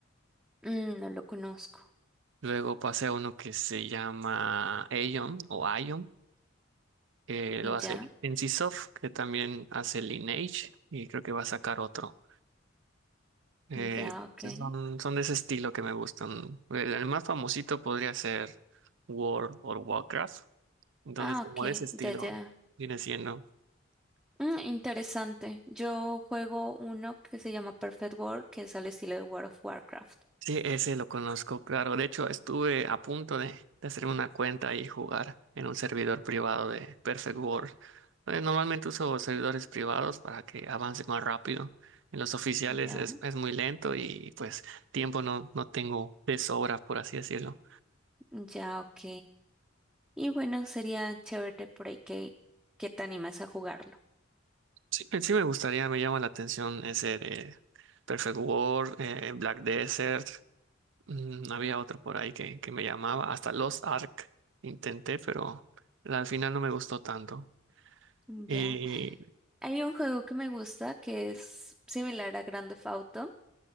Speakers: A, in the centre; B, on the right (about 60°).
A: Mm, no lo conozco.
B: Luego pasé a uno que se llama Aion o Aion, que lo hace
A: Ya,
B: NCSoft, que también hace Lineage, y creo que va a sacar otro. Eh,
A: ya,
B: entonces
A: ok.
B: son, son de ese estilo que me gustan. El, el más famosito podría ser World o Warcraft. Entonces,
A: Ah,
B: como
A: ok,
B: de ese estilo
A: ya, ya.
B: viene siendo.
A: Mm, interesante. Yo juego uno que se llama Perfect World, que es al estilo de World of Warcraft.
B: Sí, ese lo conozco, claro. De hecho, estuve a punto de, de hacerme una cuenta y jugar en un servidor privado de Perfect World. Eh, Normalmente uso servidores privados para que avance más rápido. En los oficiales
A: Ya,
B: es, es muy lento y pues tiempo no, no tengo de sobra, por así decirlo.
A: ya, ok. Y bueno, sería chévere por ahí que, que te animas a jugarlo.
B: Sí, sí me gustaría, me llama la atención ese de Perfect World, eh, Black Desert. mm, había otro por ahí que, que me llamaba, hasta Lost Ark intenté, pero al final no me gustó tanto.
A: Ya.
B: Y,
A: Hay un juego que me gusta que es similar a Grand Theft Auto,